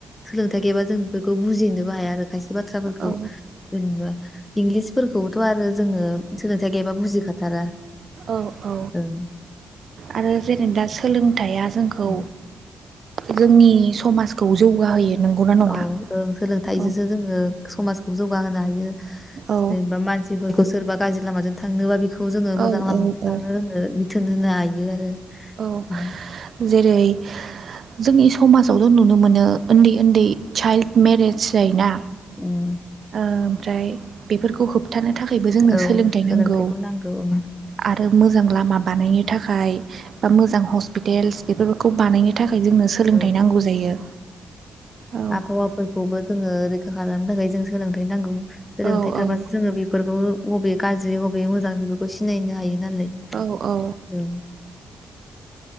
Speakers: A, on the left (about 20°); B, on the right (about 60°).
A: सोलोंथाइ गैयाबा जों बेफोरखौ बुजिनोबो हाया आरो खायसे बाथ्राफोरखौ
B: औ
A: जेनेबा इंलिस फोरखौबोथ' आरो जोङो सोलोंथाइ गैयाबा बुजिखाथारा
B: औ औ
A: ओं
B: आरो जेनेबा सोलोंथाइया जोंखौ
A: उम।
B: जोंनि समाजखौ जौगाहोयो नंगौना नङा
A: औ ओ सोलोंथाइजोंसो
B: औ
A: जोङो समाजखौ जौगाहोनो हायो जेनेबा
B: औ
A: मानसिफोरखौ सोरबा गाज्रि लामाजों थांनोबा बेखौ खौ जोङो
B: औ
A: मोजां लामाजों
B: औ औ
A: थाङो होनो बिथोन होनो हायो आरो
B: औ
A: उम
B: जेरै जोंनि समाजावथ' नुनो मोनो उन्दै उन्दै चाइल्ड मेरेज जायोना
A: उम,
B: ओमफ्राय बेफोरखौ होबथानो थाखायबो जोंनो
A: औ
B: सोलोंथाइ
A: सोलोंथाइखौ
B: नांगौ
A: नांगौ ओं
B: आरो मोजां लामा बानायनो थाखाय बा मोजां हस्पिटेल्स बेफोरखौ बानायनो थाखाय जोंनो सोलोंथाइ
A: औ
B: नांगौ जायो औ
A: आबहावाफोरखौबो जोङो रैखा खालामनो थाखाय जों सोलोंथाइ नांगौ सोलोंथाइ
B: औ
A: थाबासो
B: औ
A: जोङो बेफोरखौ बबे गाज्रि बबे मोजां बेफोरखौ सिनायनो हायो नालाय
B: औ औ
A: औ